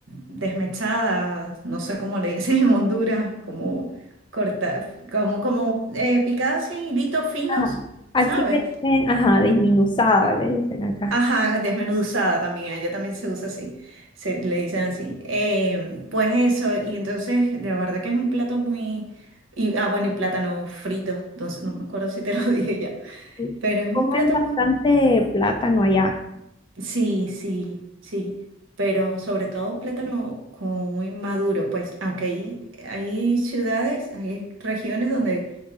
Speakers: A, on the right (about 80°); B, on the left (about 25°).
A: desmechada, no sé cómo le dicen en Honduras, como corta, como, como eh, picada así en hilitos finos,
B: ajá. Aquí
A: ¿sabes?
B: le dicen, ajá, desmenuzada, le dicen acá.
A: Ajá, desmenuzada también, allá también se usa así, se le dicen así. Em, pues eso, y entonces, de verdad que es un plato muy... Y, ah, bueno, y plátano frito, entonces no me acuerdo si te lo <laughs> dije ya,
B: Sí.
A: pero es un
B: Comen
A: plato
B: bastante
A: muy...
B: plátano allá.
A: Sí, sí, sí, pero sobre todo plátano como muy maduro, pues aunque hay, hay ciudades, hay regiones donde